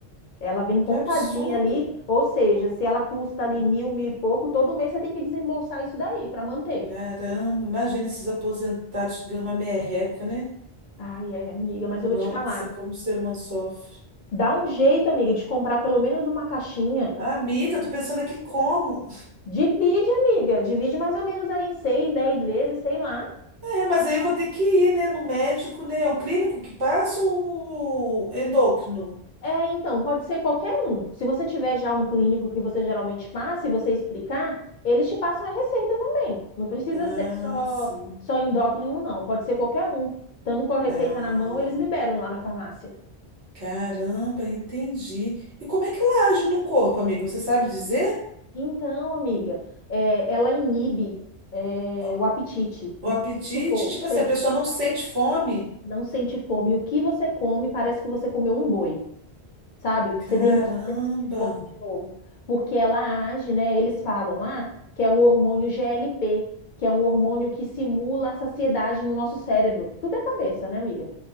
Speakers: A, on the left; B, on the right.
A: Ela vem contadinha
B: Que absurdo.
A: ali, ou seja, se ela custa ali mil, mil e pouco, todo mês você tem que desembolsar isso daí para manter.
B: Caramba, imagina esses aposentados gama merreca, né?
A: Ai, é, amiga, mas eu
B: Nossa,
A: vou te falar.
B: como o ser humano sofre.
A: Dá um jeito, amiga, de comprar pelo menos uma caixinha.
B: Amiga, tô pensando aqui como.
A: Divide, amiga. Divide mais ou menos aí em seis, dez vezes, sei lá.
B: É, mas aí eu vou ter que ir, né, no médico, né? É um clínico que passa ou endócrino?
A: É, então, pode ser qualquer um. Se você tiver já um clínico que você geralmente passa e você explicar, eles te passam a receita também. Não precisa
B: Ah,
A: ser só,
B: sim.
A: só endócrino, não. Pode ser qualquer um. Estando com a receita
B: Ah.
A: na mão, eles liberam lá na farmácia.
B: Caramba, entendi. E como é que ela age no corpo, amigo? Você sabe dizer?
A: Então, amiga, é, ela inibe, é,
B: O
A: o apetite. Então,
B: o apetite,
A: vamos supor,
B: tipo
A: você
B: assim, a pessoa não sente fome?
A: não sente fome. O que você come parece que você comeu um boi. sabe?
B: Caramba.
A: Você demora a sentir fome de novo, porque ela age, né? Eles falam lá que é um hormônio GLP, que é um hormônio que simula a saciedade no nosso cérebro. Tudo é cabeça, né, amiga?